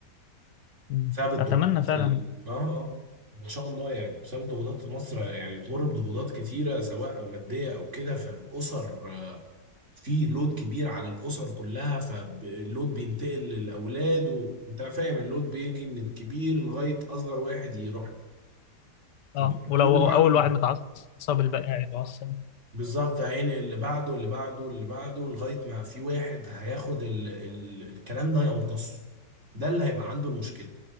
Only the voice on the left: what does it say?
مم.
اتمنى فعلا
اه ولو
اول واحد متعصب الباقي هيتعصب